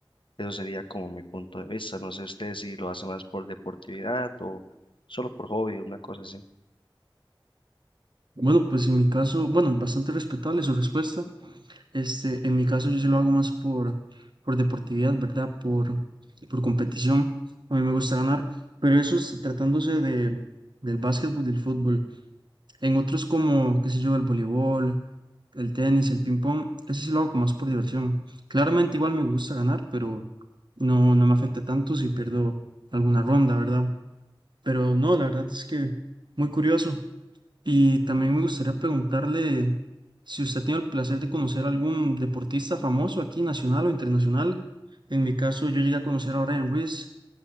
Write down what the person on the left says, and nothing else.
Eso sería como mi punto de vista. No sé usted si lo hace más por deportividad o solo por hobby, una cosa así.